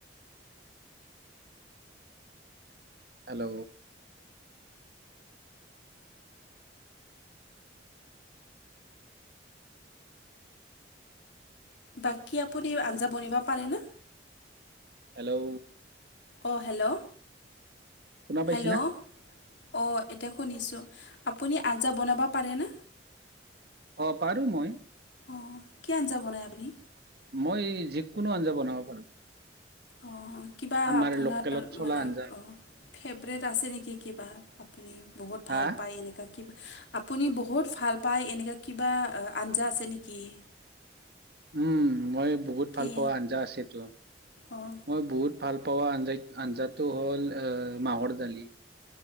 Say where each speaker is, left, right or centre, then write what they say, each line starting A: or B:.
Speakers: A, on the right; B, on the left.
A: হেল্ল'।
B: বাকী আপুনি আঞ্জা বনিব পাৰেনে?
A: হেল্ল'।
B: অ', হেল্ল',
A: শুনা পাইছিনা
B: হেল্ল', অ', এতি শুনিছোঁ, আপুনি আঞ্জা বনাব পাৰেনে?
A: অ', পাৰো মই।
B: অ', কি আঞ্জা বনায় আপুনি?
A: মই এই যিকোনো আঞ্জা বনাব পাৰো।
B: অ', কিবা
A: আমাৰ
B: আপোনাৰ
A: লোকেলত চলা
B: মানে
A: আঞ্জা
B: অ', ফেভৰেট আছে নেকি কিবা? আপুনি বহুত
A: হা
B: ভাল পায় এনেকুৱা কিবা? আপুনি বহুত ভাল পায় এনেকুৱা কিবা আঞ্জা আছে নেকি?
A: উম, মই বহুত
B: কি
A: ভাল পোৱা আঞ্জা আছেতো,
B: অঁ
A: মই বহুত ভাল পোৱা আঞ্জা-আঞ্জাটো হ'ল অ', মাহৰ দালি।